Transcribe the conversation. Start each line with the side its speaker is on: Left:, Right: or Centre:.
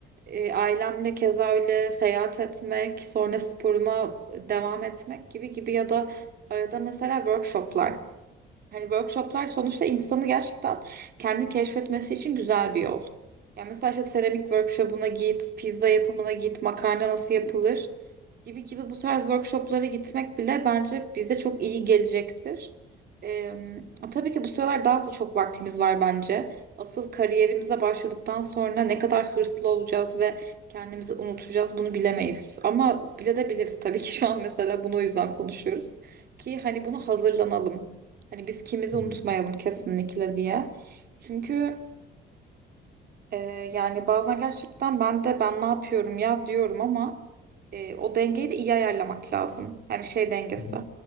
Right: Ee, ailemle keza öyle seyahat etmek, sonra sporuma devam etmek gibi gibi ya da arada mesela workshoplar. Hani workshoplar sonuçta insanı gerçekten kendi keşfetmesi için güzel bir yol. Yani mesela işte seramik workshopuna git, pizza yapımına git, makarna nasıl yapılır gibi gibi bu tarz workshoplara gitmek bile bence bize çok iyi gelecektir. Ee, tabii ki bu sıralar daha çok vaktimiz var bence. Asıl kariyerimize başladıktan sonra ne kadar hırslı olacağız ve kendimizi unutacağız bunu bilemeyiz. Ama bile de biliriz tabii ki şu an mesela bunu o yüzden konuşuyoruz. Ki hani bunu hazırlanalım. Hani biz kimizi
Left: Hı
Right: unutmayalım
Left: hı,
Right: kesinlikle diye. Çünkü e, yani bazen gerçekten ben de ben ne yapıyorum ya diyorum ama e, o dengeyi de iyi ayarlamak lazım. Yani şey dengesi.
Left: hı hı,